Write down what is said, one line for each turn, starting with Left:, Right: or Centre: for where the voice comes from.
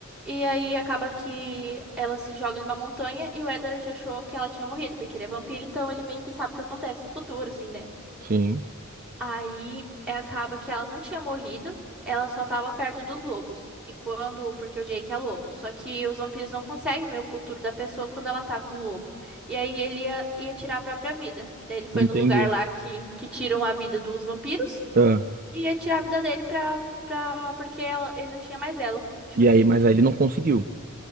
Centre: E aí acaba que ela se joga numa montanha e o Edward já achou que ela tinha morrido, porque ele é vampiro, então ele meio que sabe o que acontece no futuro, assim, né?
Right: sim,
Centre: Aí é, acaba que ela não tinha morrido, ela só tava perto dos lobos. E quando, porque o Jake é lobo, só que os vampiros não conseguem ver o futuro da pessoa quando ela tá com um lobo. E aí ele ia, ia tirar a própria vida. Daí ele foi
Right: entendi.
Centre: no lugar lá que, que tiram a vida dos vampiros
Right: Ah,
Centre: e ia tirar a vida dele pra, pra, porque ela, ele não tinha mais ela. Tipo
Right: e
Centre: assim,
Right: aí, mas aí ele não conseguiu.